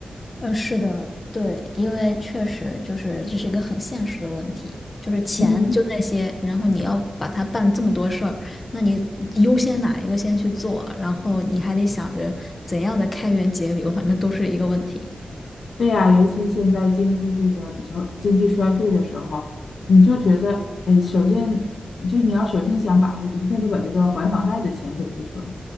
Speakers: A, on the left; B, on the left.
A: 嗯，是的，对，因为确实就是这是一个很现实的问题，就是钱就那些，
B: 嗯。
A: 然后你要把它办这么多事儿，那你优先哪一个先去做，然后你还得想着怎样的开源节流，反正都是一个问题。
B: 对呀，尤其现在经济这个比较经济衰退的时候，你就觉得，哎，首先就你要首先想把握的，一定得把这个还房贷的钱准备出来。